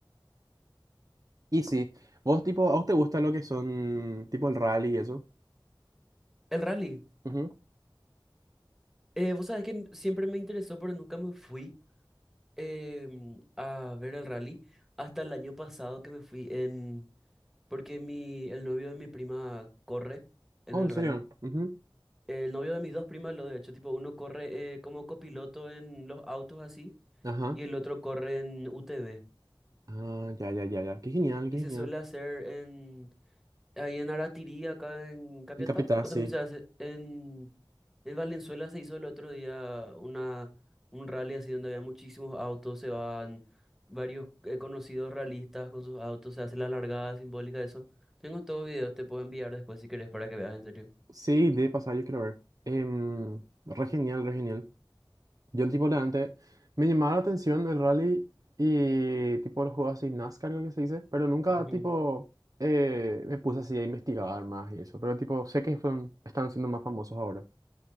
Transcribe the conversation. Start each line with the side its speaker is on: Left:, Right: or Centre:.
Right: Y sí, vos tipo, ¿a vos te gusta lo que son tipo el rally y eso?
Centre: El rally.
Right: Ujú.
Centre: Eh, vos sabés que n- siempre me interesó, pero nunca me fui em, a ver el rally hasta el año pasado que me fui en... Porque mi, el novio de mi prima corre en
Right: Oh,
Centre: el
Right: ¿en
Centre: rally.
Right: serio? Ujú.
Centre: El novio de mis dos primas, lo de hecho, tipo, uno corre eh, como copiloto en los autos así.
Right: Ajá.
Centre: y el otro corre en UTV.
Right: Ah, ya, ya, ya, ya. Qué genial, qué
Centre: Y
Right: genial.
Centre: se suele hacer en ahí en Aratirí, acá en Capiatá,
Right: En Capital,
Centre: o
Right: sí.
Centre: también se hace en, en Valenzuela se hizo el otro día una, un rally así donde había muchísimos autos, se van varios eh, conocidos realistas con sus autos, se hace la largada simbólica de eso. Tengo todos los videos, te puedo enviar después si querés para que veas en serio.
Right: Sí, de pasar, yo quiero ver. Em, re genial, re genial. Yo tipo la antes me llamaba la atención el rally y tipo los juegos así NASCAR, creo que se dice, pero nunca
Centre: Ujú.
Right: tipo eh, me puse así a investigar más y eso, pero tipo sé que son, están siendo más famosos ahora.